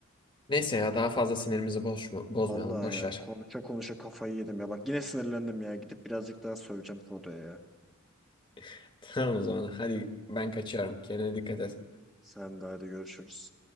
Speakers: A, on the left; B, in the centre.
A: Neyse ya daha fazla sinirimizi bozma, bozmayalım.
B: Vallahi
A: Boş
B: ya
A: ver.
B: konuşa konuşa kafayı yedim ya. Bak yine sinirlendim ya. Gidip birazcık daha söyleyeceğim Frodo'ya ya.
A: <laughs> Tamam o zaman. Hadi ben kaçıyorum. Kendine dikkat et.
B: Sen de hadi görüşürüz.